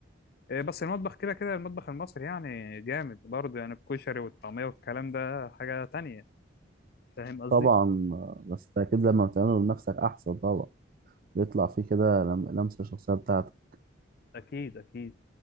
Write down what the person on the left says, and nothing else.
إيه، بس المطبخ كده كده المطبخ المصري يعني جامد برضه يعني الكشري والطعميه والكلام ده حاجه تانية فاهم قصدي
اكيد اكيد